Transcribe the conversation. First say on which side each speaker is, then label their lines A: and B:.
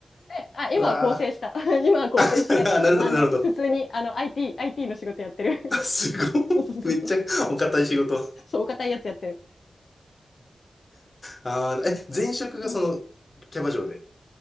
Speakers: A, on the left; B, on the left.
A: であ今は更生した
B: うわ
A: <laughs> 今は更生してあの普通にあの
B: ー <laughs> あ。なるほど、なるほど。
A: IT, IT の仕事やってる
B: <laughs> すごい。
A: <laughs> そうそうそうそう
B: <laughs> めっちゃお堅い仕事。
A: そうお堅いやつやってる、
B: あーえ、前職がその、
A: うん、
B: キャバ嬢で。